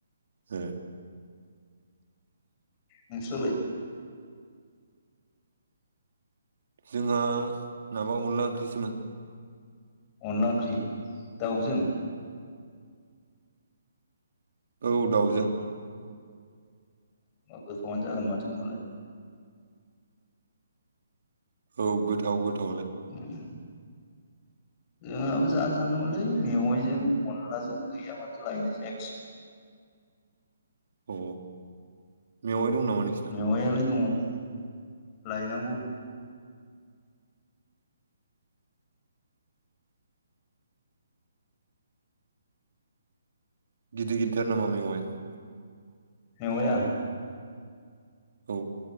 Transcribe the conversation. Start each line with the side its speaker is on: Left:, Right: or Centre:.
Right: हो
Left: नोंस्रा लाय?
Right: जोंहा माबा अनला ओंख्रिसोमोन।
Left: अनला ओंख्रि दाउजों
Right: औ दाउजों
Left: गोथावा जागोन माथो होनबालाय।
Right: औ गोथाव गोथावलाय
Left: उम जोंहाबो जानो सानदोंमोनलै मेवाइजों अनलाजों गैया माथो लायनाय जायाखसै।
Right: अ मेवाय दं नामा नोंसि
Left: मेवायालाय दङ लायनांगौ।
Right: गिदिर गिदिरथार नामा मेवाया?
Left: मेवाया?
Right: औ